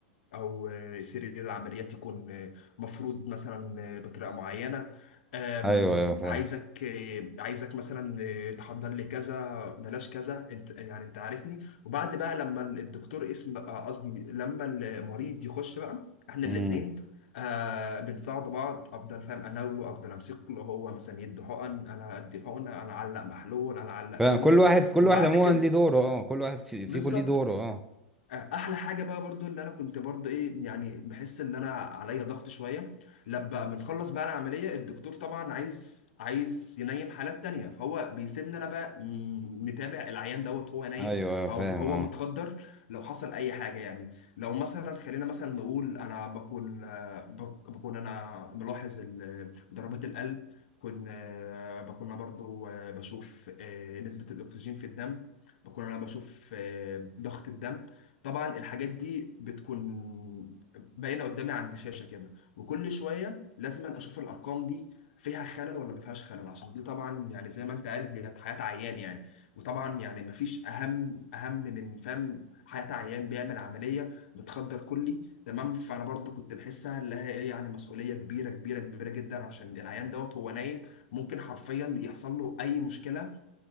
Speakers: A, on the left; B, in the centre.
A: او سرير العمليات يكون مفروض مثلا بطريقه معينه أم،
B: ايوه ايوه فاهم
A: عايزك عايزك مثلا تحضر لي كذا بلاش كذا انت يعني انت عارفني وبعد بقى لما الدكتور اسم بقى قصدي لما المريض يخش بقى احنا
B: امم
A: الاثنين آه بنساعد بعض افضل فاهم اناوله افضل امسك له هو مثلا يدي حقن انا ادي حقنه انا اعلق محلول انا اعلق
B: فاهم
A: كانولا
B: كل واحد كل
A: وبعد
B: واحد عموما
A: كده
B: ليه دوره اه كل واحد في في
A: بالظبط
B: كل ليه دوره اه
A: احلى حاجه بقى برضو اللي انا كنت برضو ايه يعني بحس ان انا عليا ضغط شويه لما بنخلص بقى العمليه الدكتور طبعا عايز عايز ينيم حالات تانية فهو بيسيبني انا بقى م- متابع العيان دوت وهو نايم
B: ايوه ايوه
A: او
B: فاهم
A: هو
B: اه
A: متخدر لو حصل اي حاجه يعني لو مثلا خلينا مثلا نقول انا بكون آه، بك- بكون انا ملاحظ ال- ضربات القلب بكون آه، بكون انا برضو آه، بشوف آه، نسبه الاكسجين في الدم بكون انا بشوف آه، ضغط الدم طبعا الحاجات دي بتكون باينه قدامي عند شاشه كده وكل شويه لازم اشوف الارقام دي فيها خلل ولا ما فيهاش خلل عشان دي طبعا يعني زي ما انت عارف دي حياه عيان يعني وطبعا يعني ما فيش اهم اهم من فاهم حياه عيان بيعمل عمليه متخدر كلي تمام فانا برضو كنت بحسها اللي هي ايه يعني مسؤوليه كبيره كبيره كبيره جدا عشان العيان دوت هو نايم ممكن حرفيا يحصل له اي مشكله